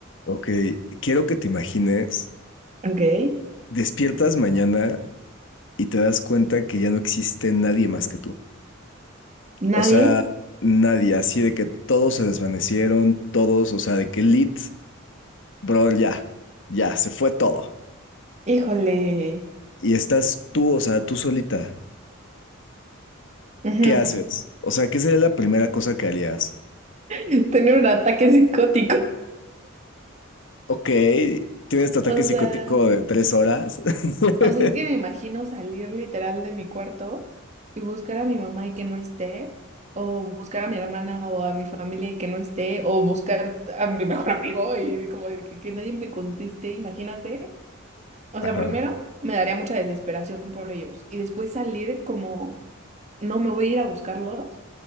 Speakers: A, on the left; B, on the right.
A: Ok, quiero que te imagines,
B: Ok,
A: despiertas mañana y te das cuenta que ya no existe nadie más que tú.
B: nadie,
A: O sea, nadie, así de que todos se desvanecieron, todos, o sea, de que lit, brother, ya, ya, se fue todo.
B: híjole,
A: Y estás tú, o sea, tú solita.
B: ujú,
A: ¿Qué haces? O sea, ¿qué sería la primera cosa que harías?
B: <laughs> tener un ataque psicótico.
A: Ok, tienes tu ataque
B: O
A: psicótico
B: sea,
A: de tres horas.
B: o
A: <laughs>
B: sea, es que me imagino salir literal de mi cuarto y buscar a mi mamá y que no esté, o buscar a mi hermana o a mi familia y que no esté, o buscar a mi mejor amigo y de como de que, que nadie me conteste, imagínate. O
A: Ajá.
B: sea, primero me daría mucha desesperación por ellos y después salir como, no, me voy a ir a buscarlos